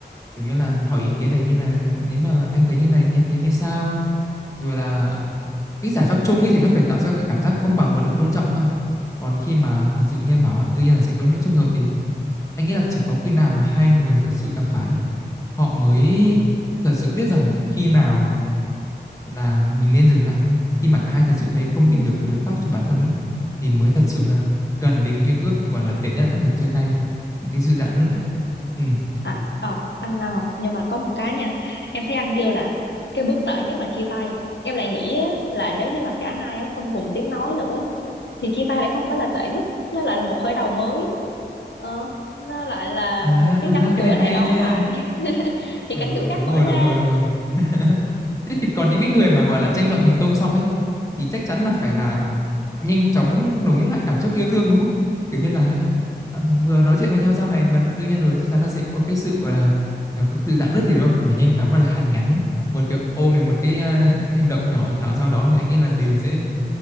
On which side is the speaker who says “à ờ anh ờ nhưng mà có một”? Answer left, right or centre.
Left